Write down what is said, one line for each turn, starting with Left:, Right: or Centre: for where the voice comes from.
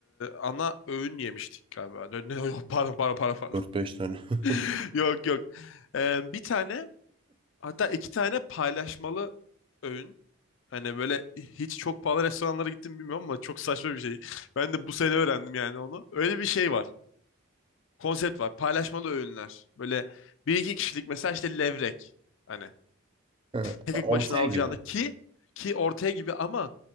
Left: ana öğün yemiştik galiba. Dö- ne- Yok, pardon pardon pardon pardon.
Right: 4-5 tane. <laughs>
Left: <laughs> Yok yok. Eee, bir tane hatta iki tane paylaşmalı öğün. Hani böyle hiç çok pahalı restoranlara gittim bilmiyorum ama çok saçma bir şey. Ben de bu sene öğrendim yani onu. Öyle bir şey var. konsept var. Paylaşmalı öğünler. Böyle bir iki kişilik mesela işte levrek. Hani
Right: Ha,
Left: tek
Right: Ortaya
Left: başına alacağını
Right: gibi.
Left: ki ki ortaya gibi ama